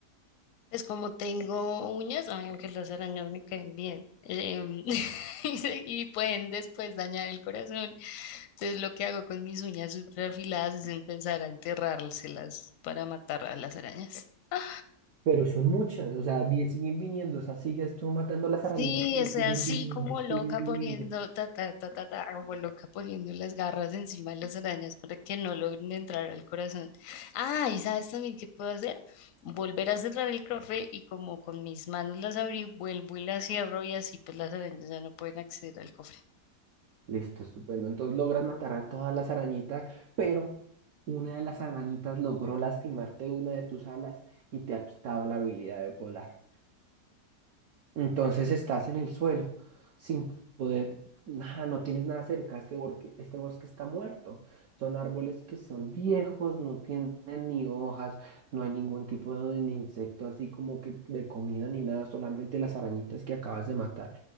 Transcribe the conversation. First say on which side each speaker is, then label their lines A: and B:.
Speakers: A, on the left; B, on the right.
A: Pues como tengo uñas, ay, aunque las arañas me caen bien, em, <laughs> y pueden después dañar el corazón. Entonces lo que hago con mis uñas súper afiladas es empezar a enterrárselas para matar a las arañas. Ah,
B: Pero son muchas, o sea, bien- siguen viniendo, o sea, sigues tú matando las
A: Sí,
B: arañitas, pero
A: estoy
B: siguen
A: así
B: viniendo,
A: como loca
B: siguen viniendo.
A: poniendo, ta, ta, ta, ta, ta, como loca poniendo las garras encima de las arañas para que no logren entrar al corazón. Ah, y sabes también qué puedo hacer? Volver a cerrar el cofre y como con mis manos las abrí, vuelvo y las cierro y así pues las arañas ya no pueden acceder al cofre.
B: Listo, estupendo. Entonces logras matar a todas las arañitas, pero una de las arañitas logró lastimarte una de tus alas y te ha quitado la habilidad de volar. Entonces estás en el suelo, sin poder, nada, no tienes nada cerca, este bosque, este bosque está muerto. Son árboles que son viejos, no tienen ni hojas, no hay ningún tipo de ni insecto así como que de comida ni nada, solamente las arañitas que acabas de matar.